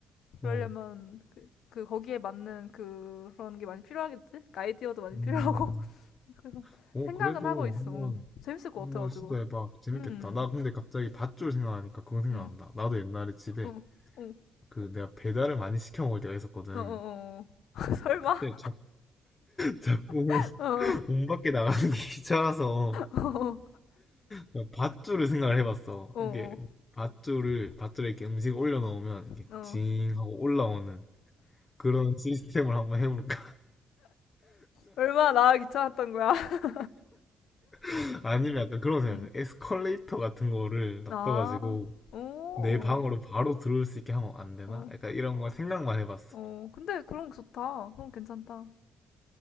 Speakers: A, on the left; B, on the left.
A: 그러려면
B: 어,
A: 그, 그 거기에 맞는 그, 그런 게 많이 필요하겠지? 그러니까 아이디어도 많이
B: 음,
A: 필요하고 그래서
B: 오
A: 생각은
B: 그래도
A: 하고 있어.
B: 한번
A: 재밌을 것
B: 한번
A: 같아가지고.
B: 시도해봐. 재밌겠다.
A: 음,
B: 나 근데 갑자기 밧줄 생각하니까 그거 생각난다.
A: 음.
B: 나도 옛날에 집에
A: 어, 어,
B: 그 내가 배달을 많이 시켜 먹을 때가 있었거든.
A: 어, 어, 어. <laughs> 설마?
B: 그때 자꾸
A: <laughs>
B: <laughs>
A: 어,
B: 문 밖에 나가는 게 귀찮아서
A: 어,
B: 그냥 밧줄을 생각을 해봤어.
A: 어, 어,
B: 이게 밧줄을 밧줄에 이렇게 음식 올려놓으면 이게
A: 어.
B: 징 하고 올라오는 그런 시스템을 한번 해볼까?
A: 얼마나 나 귀찮았던 거야. <laughs>
B: <laughs> 아니면 약간 그런 생각했어요.
A: 음.
B: 에스컬레이터 같은 거를 놔둬가지고
A: 아, 오,
B: 내 방으로 바로 들어올 수 있게 하면 안 되나?
A: 어,
B: 약간 이런 걸 생각만 해봤어.
A: 어. 근데 그런 거 좋다. 그럼 괜찮다.